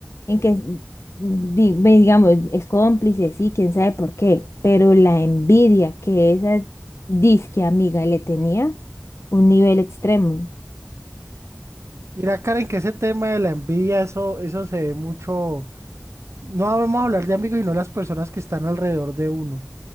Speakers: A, on the left (about 60°); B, on the right (about 65°).
A: en que, di- ve, digamos, es cómplice, sí, quién sabe por qué, pero la envidia que esa disque amiga le tenía, un nivel extremo.
B: Mira, Karen, que ese tema de la envidia, eso, eso se ve mucho. No vamos a hablar de amigos, sino las personas que están alrededor de uno.